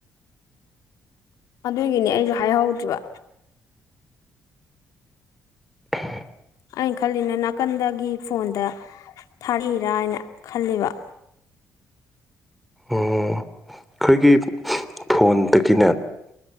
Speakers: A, on the left (about 80°); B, in the centre.
A: ꯑꯗꯨꯒꯤꯅꯦ ꯑꯩꯁꯨ ꯍꯥꯏꯍꯧꯗ꯭ꯔꯤꯕ
B: <inaudible>
A: ꯑꯩꯅ ꯈꯜꯂꯤꯅ ꯅꯥꯀꯟꯗꯒꯤ ꯐꯣꯟꯗ ꯊꯥꯔꯛꯏꯔꯥ ꯍꯥꯏꯅ ꯈꯥꯜꯂꯤꯕ
B: ꯑꯣ ꯑꯩꯈꯣꯏꯒꯤ ꯐꯣꯟꯗꯒꯤꯅꯦ